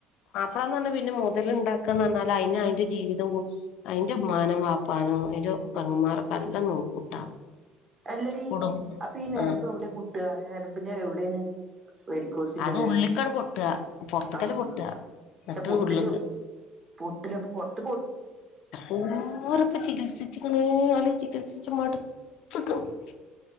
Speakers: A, on the left; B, on the right.
A: പറഞ്ഞാൽ പിന്നെ മുതല് ഉണ്ടാക്കുകന്ന് പറഞ്ഞാൽ അതിന് അതിന്റെ ജീവിതം അതിന്റെ മ്മാനിം വപ്പാനോ പങ്ങന്മാർൊക്കെല്ലാം നോക്കൂട്ടാ
B: അല്ലടി
A: കുടും
B: അപ്പൊ ഈ നരമ്പ്
A: ആഹ്
B: എവിടെ പൊട്ടുക നരമ്പിന്റെ എവിടൊണ് വരിക്കോസിൻ്റത്
A: അത് ഉള്ളിക്കാണ് പൊട്ടുക പൊറത്തേക്കല്ല
B: ആഹ്
A: പൊട്ടുക എന്നിട്ട്
B: പക്ഷെ പുട്ടിലും
A: ഉള്ളിക്ക്
B: പൊട്ടിനെപ്പൊ പൊട്ട്
A: ഒരുപാടൊക്കെ ചികിത്സി ക്ക് ണോ ചികിത്സിച്ച് മട്ത്ത്ക്ക്ണ്